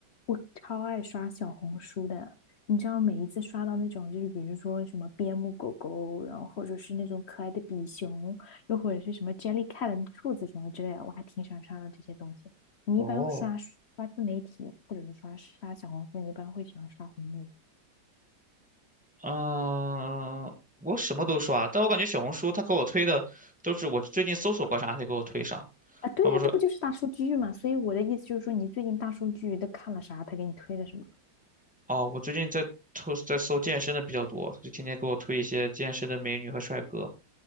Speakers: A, on the left; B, in the centre.
A: 我超爱刷小红书的，你知道每一次刷到那种，就是比如说什么边牧狗狗，然后或者是那种可爱的比熊，又或者是什么 Jellycat 兔子什么之类的，我还挺喜欢刷到这些东西。你一般刷刷自媒体，
B: 哦，
A: 或者是刷刷小红书，你一般会喜欢刷红利吧
B: 嗯，我什么都刷，但我感觉小红书他给我推的都是我最近搜索过啥，他给我推啥。
A: 啊？对呀，
B: 而不是
A: 这不就是大数据嘛？所以我的意思就是说，你最近大数据都看了啥？他给你推了什么？
B: 哦，我最近在搜在搜健身的比较多，就天天给我推一些健身的美女和帅哥。